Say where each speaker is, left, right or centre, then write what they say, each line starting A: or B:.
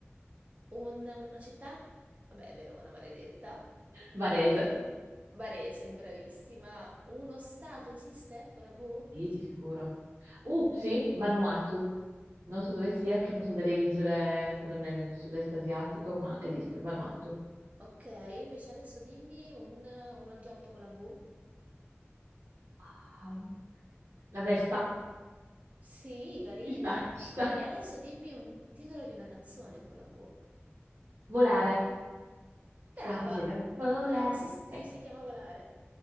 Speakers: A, on the right; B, on the right.
A: un- una città? Vabbè, Verona, maledetta.
B: Varese.
A: E Varese, bravissima. Uno stato esiste con la V?
B: Sì, di sicuro. Uh, sì, Vanuatu. Non so dove sia, tipo sono delle isole, credo nel sud-est asiatico, ma esiste, Vanuatu.
A: Ok, invece adesso dimmi un, un oggetto con la V.
B: Ah, la Vespa.
A: Sì, carina.
B: Ci sta, ci sta.
A: E adesso dimmi un titolo di una canzone con la V.
B: Volare. Si
A: Brava,
B: chiama così, vero? Volare.
A: brava, sì, sì,
B: Ok.
A: si chiama Volare.